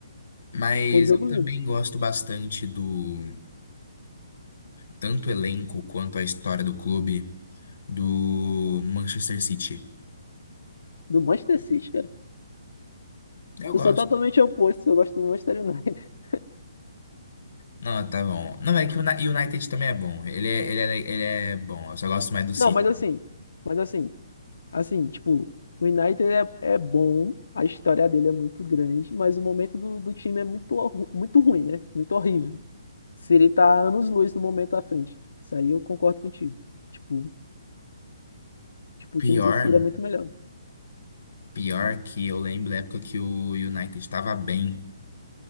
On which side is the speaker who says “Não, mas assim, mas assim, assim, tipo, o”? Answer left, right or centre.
Left